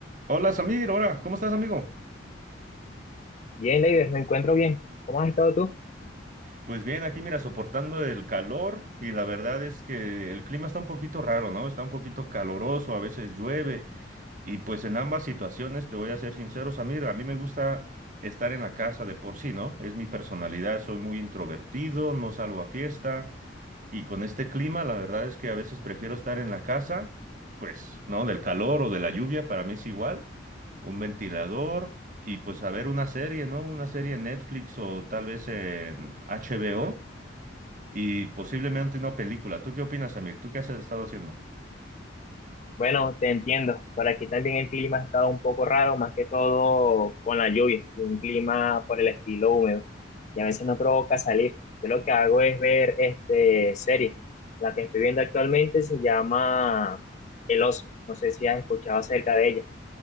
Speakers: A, on the right (about 40°); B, on the left (about 35°).
A: Hola Samir, hola, ¿cómo estás amigo?
B: Bien, Leider, me encuentro bien. ¿Cómo has estado tú?
A: Pues bien, aquí mira, soportando el calor y la verdad es que el clima está un poquito raro, ¿no? Está un poquito caloroso, a veces llueve y pues en ambas situaciones, te voy a ser sincero Samir, a mí me gusta estar en la casa de por sí, ¿no? Es mi personalidad, soy muy introvertido, no salgo a fiesta. Y con este clima, la verdad es que a veces prefiero estar en la casa, pues, ¿no? Del calor o de la lluvia, para mí es igual. Un ventilador y pues a ver una serie, ¿no? Una serie en Netflix o tal vez en HBO y posiblemente una película. ¿Tú qué opinas, Samir? ¿Tú qué has estado haciendo?
B: Bueno, te entiendo. Por aquí también el clima ha estado un poco raro, más que todo con la lluvia, y un clima por el estilo húmedo. Y a veces no provoca salir. Yo lo que hago es ver este serie. La que estoy viendo actualmente se llama El Oso. No sé si has escuchado acerca de ella.